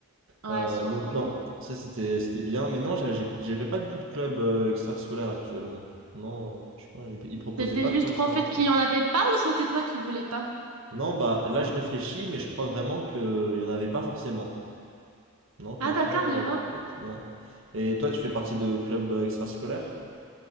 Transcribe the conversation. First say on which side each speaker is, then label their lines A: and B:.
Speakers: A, on the right; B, on the right.
A: Ouais,
B: euh,
A: je comprends.
B: donc non, ça c'était c'était bien, mais non, j'avais j'ai- j'avais pas du tout de club euh, extrascolaire actuellement. Non, euh, franchement, ils, ils proposaient
A: C'était
B: pas
A: juste
B: trop ça,
A: qu'en fait
B: je crois.
A: qu'il n'y en avait pas ou c'était toi qui voulais pas?
B: Non, bah là je réfléchis, mais je crois vraiment que il y en avait pas forcément. Non, comme
A: Ah d'accord,
B: ça, euh,
A: je vois.
B: de tête, non. Et toi, tu fais partie de club euh, extrascolaire?